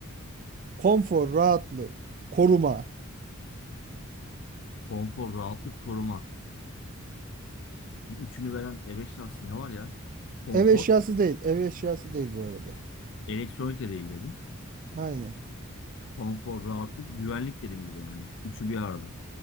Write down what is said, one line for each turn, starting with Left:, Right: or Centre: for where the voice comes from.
Right: Konfor, rahatlık, koruma.
Left: Konfor, rahatlık, koruma. Bu üçünü veren E5 şansı ne var ya? Konfor,
Right: Ev eşyası değil. Ev eşyası değil bu arada.
Left: elektronik de değil dedim.
Right: Aynen.
Left: Konfor, rahatlık, güvenlik dedim bir de yani. Üçü bir arada.